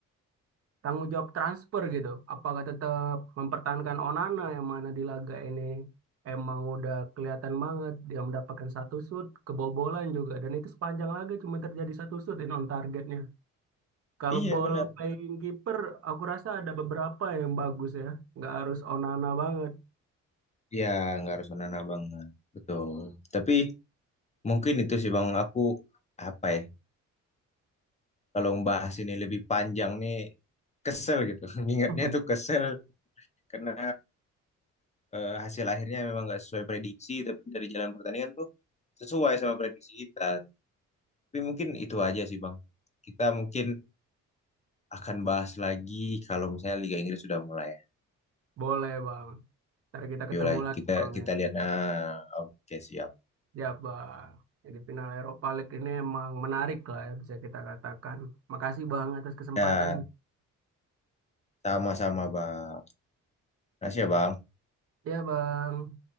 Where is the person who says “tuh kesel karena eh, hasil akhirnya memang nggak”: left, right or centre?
Left